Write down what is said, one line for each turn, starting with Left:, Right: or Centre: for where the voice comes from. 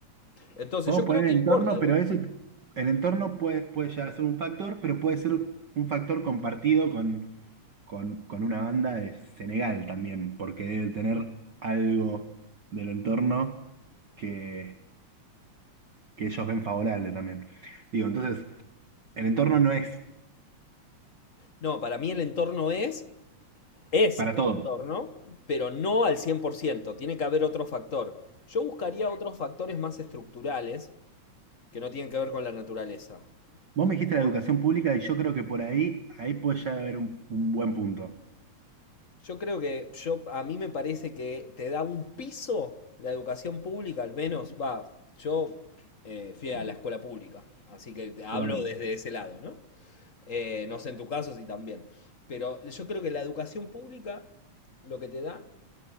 Left: Entonces
Right: Podemos
Left: yo creo
Right: poner
Left: que
Right: el
Left: importa
Right: entorno,
Left: igual.
Right: pero eso, el entorno puede, puede llegar a ser un factor, pero puede ser un factor compartido con, con, con una banda de Senegal también, porque debe tener algo del entorno que, que ellos ven favorable también. Digo, entonces, el entorno no es
Left: No, para mí el entorno es, es
Right: para
Left: el
Right: todos.
Left: entorno, pero no al 100%. tiene que haber otro factor. Yo buscaría otros factores más estructurales que no tienen que ver con la naturaleza.
Right: Vos me dijiste
Left: O-
Right: la educación pública y yo creo que por ahí, ahí puede ya haber un, un buen punto.
Left: Yo creo que yo, a mí me parece que te da un piso la educación pública, al menos, va, yo eh, fui a la escuela pública, así que te hablo
Right: Yo también.
Left: desde ese lado, ¿no? Eh, no sé en tu caso si también, pero yo creo que la educación pública lo que te da,